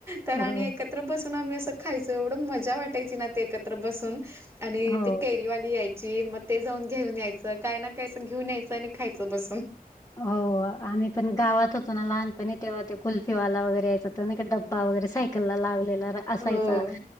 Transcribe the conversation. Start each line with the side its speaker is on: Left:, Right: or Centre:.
Right: तर
Left: हो,
Right: आणि बसून आम्ही असं खायच एवढं मजा वाटायची ना ते एकत्र बसून आणि
Left: हो,
Right: ते वाली यायची मग ते जाऊन घेऊन यायचं काय ना कायच घेऊन यायचं आणि खायचं बसून
Left: हो आम्ही पण गावात होतो ना लहानपणी तेव्हा ते कुल्फीवाला वगैरे यायच होतो ना का डबा वगैरे सा लावलेला असायचा
Right: हो.